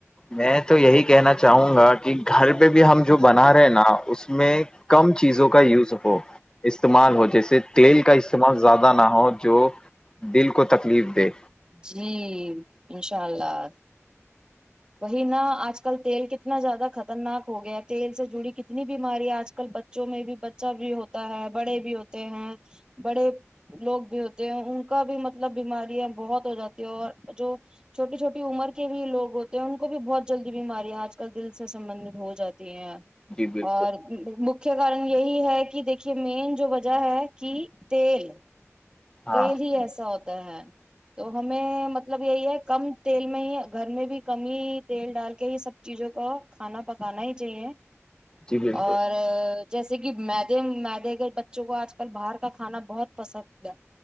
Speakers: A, on the left (about 15°); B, on the right (about 15°).
A: میں تو یہی کہنا چاہوں گا کہ گھر پہ بھی ہم جو بنا رہے ہیں نا اس میں کم چیزوں کا یوز ہو استعمال ہو جیسے تیل کا استعمال زیادہ نہ ہو جو دل کو تکلیف دی
B: جی انشاءاللہ وہی نا آج کل تیل کتنا زیادہ خطرناک ہو گیا تیل سے جڑی کتنی بیمارییا آج کل بچوں میں بھی بچہ بھی ہوتا ہے بڑے بھی ہوتے ہیں بڑے لوگ بھی ہوتے ہیں ان کا بھی مطلب بیماریاں بہت ہو لوگ جاتی ہیں اور جو چھوٹی چھوٹی عمر کے بھی گ ہوتے تو ان کو بھی بہت جلدی بیماریاں آج کل دل سے سبندت ہو جاتی ہیں
A: جی بالکل
B: اور مکھ کارن یہی ہے کہ دیکھیے مین جو وجہ ہے کہ تیل
A: ہاں
B: تیری ہی ایسا ہ ہے تو ہمیں مطلب یہی ہے کم تیل میں ہی گھر میں بھی کم ہی تیل ڈال کے ہی سب چیزوں کو کھانا پکانا ہی چاہیے
A: جی بالکل
B: اور جیسے کہ مدے مدے کے بچوں کو آج کل باہر کا کھانا بہت پسند ہے